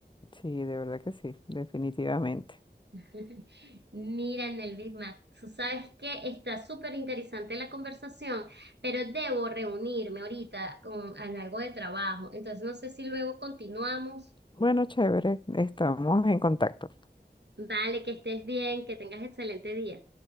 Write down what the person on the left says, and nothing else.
Sí, de verdad que sí, definitivamente.
Bueno, chévere, estamos en contacto.